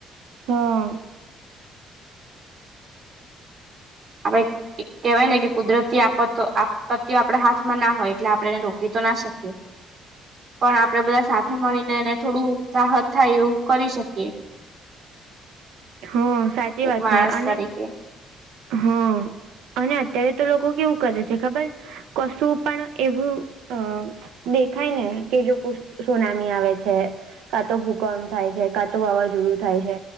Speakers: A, on the right (about 80°); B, on the right (about 50°).
A: હન.
B: અવે એક કહેવાય ને કે, કુદરતી આપત-આપત્તિ આપડા હાથમાં ના હોય એટલે આપડે એને રોકવી તો ના શકીએ.
A: <inaudible>
B: પણ આપડે બધા સાથે મળીને એને થોડું રાહત થાય એવું કરી શકીએ.
A: હન, સાચી વાત
B: એક માણસ
A: છે અને
B: તરીકે
A: હન. અને અત્યારે તો લોકો કેવું કરે છે ખબર કશું પણ એવું અ દેખાય ને કે જો પુસ સોનાની આવે છે કા તો ભૂકંપ થાય છે, કા તો વાવાઝોડું થાય છે